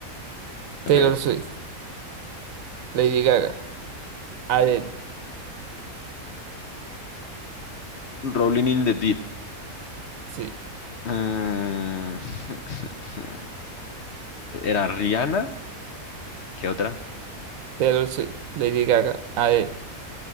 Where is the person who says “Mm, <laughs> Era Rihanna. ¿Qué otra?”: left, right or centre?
Left